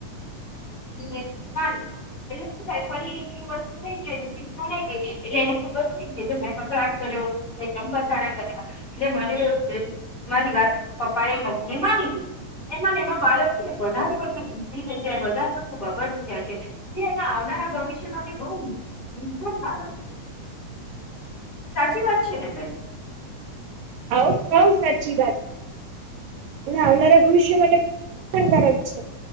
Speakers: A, on the left; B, on the right.
A: એ જીદ માની લે એટલે શું થાય ફરી એની એ વસ્તુ થઈ જાય. જીદ મનાઈ ગઈ એટલે એને ખબર પડી ગઈ જો મેં કકળાટ કર્યો, ધમ પછડાઈ કર્યા એટલે મને <unintelligible> ને માંની લીધી એમાં ને એમાં બાળક છે ને વધારે પડતું જિદ્દી થઈ જાય, વધારે પડતું બગડતી જાય છે તે એને આવનારા ભવિષ્યમાં બહુ નુકસાનકારક સાચી વાત છે ને બેન?
B: હવ સાવ સાચી વાત. એના આવનારા ભવિષ્ય માટે નુકસાનકારક છે.